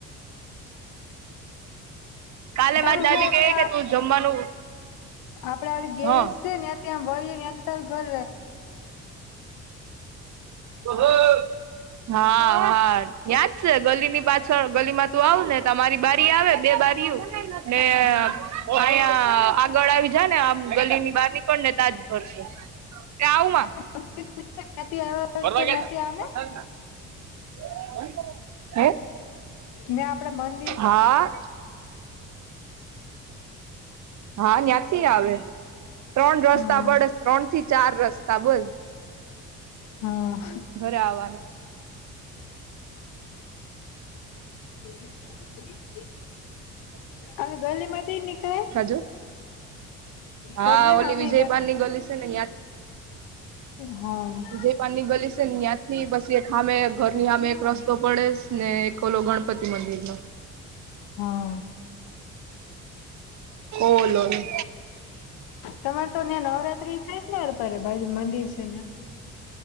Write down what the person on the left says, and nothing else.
તારું
ઘર આપડે
આપડે હ ગેરેજ
છે, ને ત વરીએ ને તારું ઘર
હમ.
<unintelligible>
ત્યાંથી આવે
મેં આપડાે મન
હા
હા
<inaudible>
અને ગલ્લીમાં એ ન કઈ.
ઘરના
કામે
હમ
હા
તમારે તો ત્યાં નવરાત્રી થાય નેપ બાજુ મંદિર છે ને.